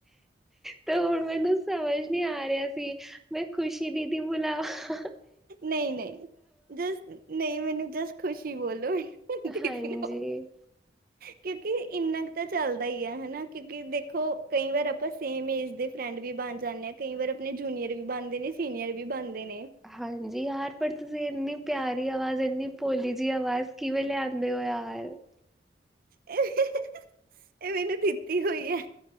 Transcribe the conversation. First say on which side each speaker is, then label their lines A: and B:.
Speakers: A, in the centre; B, on the right.
A: ਤੇ ਹੁਣ ਮੈਨੂੰ ਸਮਝ ਨੀ ਆ ਰਿਹਾ ਸੀ। ਮੈਂ ਖੁਸ਼ੀ ਦੀਦੀ ਬੁਲਾ ਹਾ ਹਾ
B: ਨਹੀਂ ਨਹੀਂ ਜ ਨਹੀਂ ਮੈਨੂੰ ਜਸ ਖੁਸ਼ੀ ਬੋਲੋ। ਹੁੰਦੀ ਦਿਨ
A: ਹਾਂਜੀ।
B: ਕਿਉਂਕਿ ਇੰਨਾ, ਤਾਂ ਚੱਲਦਾ ਹੀ ਆ ਹਨਾ ਕਿਉਂਕਿ ਦੇਖੋ ਕਈ ਵਾਰ ਆਪਾਂ ਸੇਮ ਏਜ ਦੇ ਫਰੈਂਡ ਵੀ ਬਣ ਜਾਂਦੇ ਹਾਂ ਕਈ ਵਾਰ ਆਪਣੇ ਜੂਨੀਅਰ ਵੀ ਬਣਦੇ ਨੇ ਸੀਨੀਅਰ ਵੀ ਬਣਦੇ। ਨੇ
A: ਹਾਂਜੀ ਯਾਰ ਪਰ ਤੁਸੀਂ ਇੰਨੀ ਪਿਆਰ। ਆਵਾਜ਼ ਇੰਨੀ ਭੋਲੀ ਜਿਹੀ ਆਵਾਜ਼ ਕਿਵੇਂ ਲਿਆ? ਕਿੰਦੇਓ ਯਾਰ <inaudible>
B: ਹਾ-ਹਾ ਇਹ ਮੈਨੂੰ ਦਿੱਤੀ ਹੋਈ ਏ।